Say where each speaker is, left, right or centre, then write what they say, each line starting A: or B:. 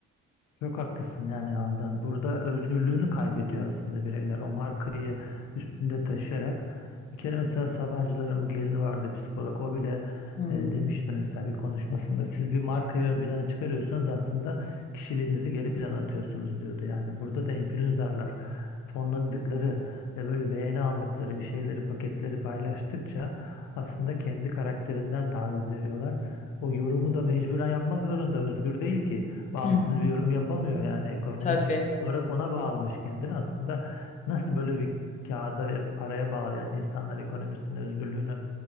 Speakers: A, on the left (about 85°); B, on the left (about 25°).
A: Çok haklısın yani Handan. Burada özgürlüğünü kaybediyor aslında bireyler. O markayı üstünde taşıyarak. Bir kere mesela Sabancıların bu gelini vardı psikolog. O bile
B: Hmm.
A: e, demişti mesela bir konuşmasında. Siz bir markayı ön plana çıkarıyorsunuz aslında kişiliğinizi geri plana atıyorsunuz diyordu. Yani burada da influencerlar fonladıkları e, böyle beğeni aldıkları bir şeyleri paketleri paylaştıkça aslında kendi karakterinden taviz veriyorlar. O yorumu da mecburen yapmak zorunda. Özgür değil ki bağımsız
B: Hı hı.
A: bir yorum yapamıyor yani ekonomik
B: Tabii.
A: olarak ona bağlamış kendini. Aslında nasıl böyle bir kağıda ve paraya bağlayan insanlar ekonomisini, özgürlüğünü